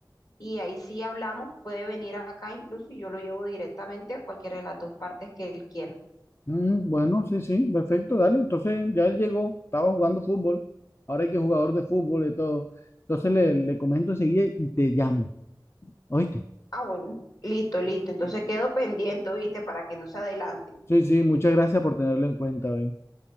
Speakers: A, on the left; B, on the left.
A: y ahí sí hablamos. Puede venir acá incluso y yo lo llevo directamente a cualquiera de las dos partes que él quiera.
B: Mm, bueno, sí, sí, perfecto, dale. Entonces ya él llegó, estaba jugando fútbol, ahora hay que jugador de fútbol y todo. Entonces le, le comento enseguida y te llamo, ¿oíste?
A: Ah, bueno, listo, listo. Entonces quedo pendiente, ¿viste? Para que no se adelanten.
B: Sí, sí, muchas gracias por tenerlo en cuenta, ve.